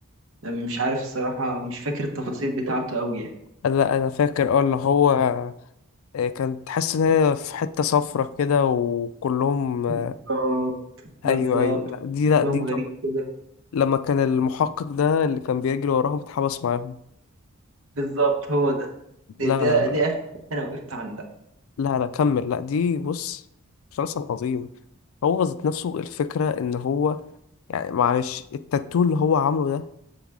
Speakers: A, on the right; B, on the left.
A: مش عارف الصراحة مش فاكر التفاصيل بتاعته قوي يعني
B: لا أنا فاكر اه اللي هو آه، كان تحس إن هي في حتة صفرة كده وكلهم آه،
A: بالظبط بالظبط
B: أيوه أيوه لا دي لا
A: كلهم
B: دي طبعا
A: غريب كده
B: لما كان المحقق ده اللي كان بيجري وراهم اتحبس معاهم
A: بالظبط هو ده
B: لا
A: ده ده,
B: لا لا
A: ده اخر حتة انا وقفت عندها
B: لا لا كمل لا دي بص مسلسل عظيم هو ذات نفسه الفكرة إن هو يعني معلش التاتو اللي هو عامله ده